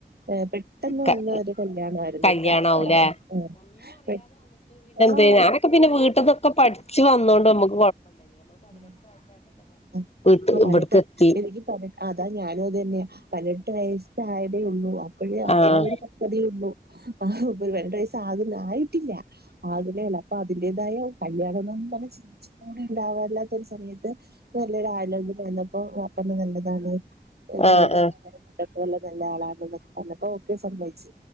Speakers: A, on the right (about 65°); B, on the left (about 35°).
A: ഏഹ് പെട്ടെന്ന്
B: ആഹ്
A: വന്ന ഒര് കല്യാണാ യിരുന്ന്
B: കല്യാണാവൂലേ
A: ക്ക <unintelligible>
B: ഹ് ഞാനൊക്കെ പിന്നെ വീട്ട്ന്നൊക്കെ പഠിച്ച് വന്നോണ്ട് ഞമക്ക്
A: ഉം ഉം
B: വീട്ട്
A: ആഹ് പാല്
B: ഇവിടക്ക്
A: വെട്ട്
B: എത്തി
A: എനിക്ക് പ <unintelligible> അതാ ഞാനു അതെന്നെ പൈനെട്ട് വയസ് പ്രായ തെയൊള്ളു അപ്പഴെ
B: ആഹ്
A: ആ ഒരു പക്ക്വതെ യൊള്ളു ആഹ് പൈനട്ട് വയസ് ആവു ആയിട്ടില്ല അതിലേല്ല അപ്പൊ അതിന്റേതായ കല്യാണംന്നും പറ്ഞ ചിന്തിച്ചിട്ടൂടി ഇണ്ടാവാ ഇല്ലാത്തൊരു സമയത്ത് നല്ലൊരു ആലോച്യ വന്നപ്പോ വാപ്പ അത് നല്ലതാണ്
B: ആഹ്
A: നല്ലതീ
B: ആഹ്
A: ചെക്ക <unintelligible> നല്ല ആളാണ്ന്നൊക്കെ പറഞ്ഞപ്പോ ഓക്കെ സമ്മയ്ച്ച്